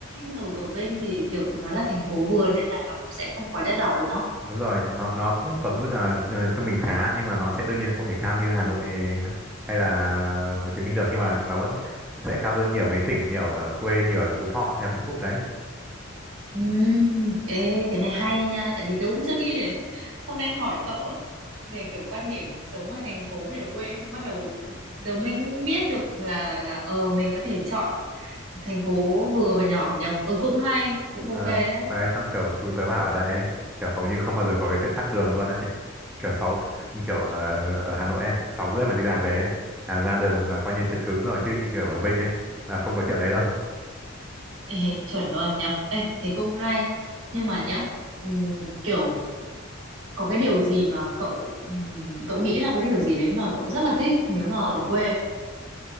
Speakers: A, on the right; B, in the centre.
A: ở ở bên thì kiểu nó là thành phố vừa nên là nó cũng sẽ không quá đắt đỏ đúng không
B: đúng rồi nó nó cũng thuộc mức à, ờ, trung bình khá nhưng mà nó sẽ đương nhiên không thể cao như Hà Nội ha- hay là Hồ Chí Minh được nhưng mà nó vẫn sẽ cao hơn nhiều mấy tỉnh nhiều ở quê nhiều là Phú Thọ hay là Vĩnh Phúc đấy
A: ừ ê cái này hay nha tại vì tôi cũng chưa nghĩ đến hôm nay hỏi cậu ấy, về kiểu quan điểm sống ở thành phố hay ở quê xong bắt đầu đầu mình biết được là là ờ mình có thể chọn thành phố vừa và nhỏ nhở ừ cũng hay cũng ok
B: Ờ,
A: đấy
B: đấy xong kiểu chú tớ bảo ở đây ấy kiểu hầu như không bao giờ có cái chuyện tắc đường luôn ấy kiểu sáu như kiểu ờ, ở Hà Nội ấy sáu rưỡi mà đi làm về ấy, là ra đường là coi như chật cứng rồi chứ như kiểu ở Vinh ấy là không có chuyện đấy đâu
A: Ê, chuẩn luôn nhở Ê, thế cũng hay nhưng mà nhá ừm, kiểu có cái điều gì mà cậu ừm, cậu nghĩ là cái điều gì đấy mà cậu rất là thích nếu mà ở quê không